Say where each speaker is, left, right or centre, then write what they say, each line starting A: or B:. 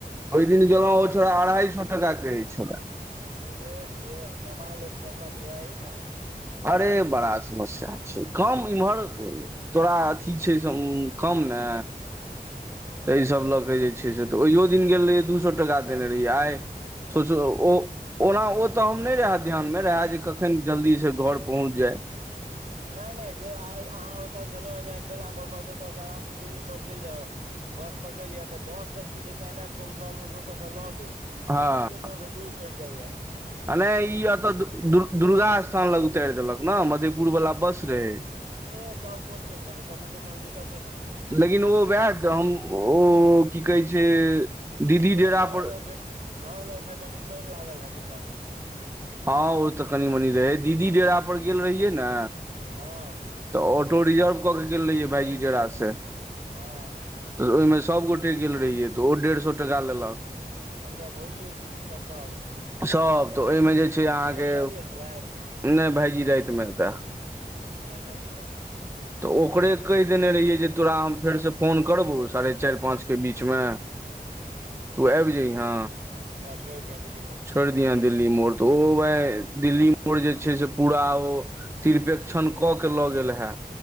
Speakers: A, on the right (about 15°); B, on the right (about 50°).
A: ओहि दिन गेलहु ओ छोड़ अढ़ाइ सए टाका के छ।
B: एह एह कमाले सबटा बुझाय अही मे
A: अरे बड़ा समस्या छै। कम इम्हर तोरा अथी छैस कम ने
B: हूँ
A: तऽहि सब लऽ क जे ठीक से तऽ ओहियो दिन गेल। रहिै दू सए टका देने रहियै आइ सोच ओ ओना ओ तऽ हम नहि रहै ध्यानमे रहै। जे कखन जल्दी सँ घर पहुँच जाए
B: नहि नहि जे आइ अहाँ ओतय छलहुँ। हेँ जेहन बेला मोड़पर तऽ ओतयसँ आरामसँ दिल्ली मोड़ चलि जाउ बस पकड़ि यिया तऽ बस से की छै। तऽ एन एत पर उतरल तऽ ओतयसँ लग अछि।
A: हँ
B: आ स्टेशन सँ दूर पड़ि जाइएा
A: आ नहि ई एतऽ दुर्गा स्थान लग उतार देलक ने मधेपुर वालला बस रहे
B: ए तब कोन टंशन तन तऽ कोनो दिक्कते नय
A: लेकिन ओ वए त हम ओ की कहै छै। दीदी
B: लेकिन
A: डेरा
B: घर
A: पर
B: लग फेर घर लग फेर कनि पानि लागल होयत ओतऽ
A: हँ ओ तऽ कनी मनी रहै दीदी डेरा पर गेल रहियै ने
B: हँ
A: तऽ ऑटो रिजर्व कऽ के गेल रहियै भाईजी डेराा सँ
B: हँ
A: तऽ ओहिमे सभगोटे गेल रहियै तऽ ओहो डेढ़ सए टका लेलक
B: अच्छा भोजियौ दीदी सब सब
A: सभ तऽ ओहिमे जे छै अहाँके
B: भाईजी आबि गेल छलथि
A: नहि भायजी राति मे एता
B: अच्छा भाईजी रातमे एता
A: तऽ ओकरे कहि देने रहियै जे तोरा हम फेरसँ फोन करबौ साढ़े चारि पाँचके बीचमे
B: हू
A: तू आबि जइहँ
B: छोड़ि दिहां दिल्ली मोड़
A: छोड़ि दिहां दिल्ली मोड़ तऽ ओ बहिं दिल्ली मोड़ जे छै से पूरा ओ तिरपेक्षण कऽ के लऽ गेल हें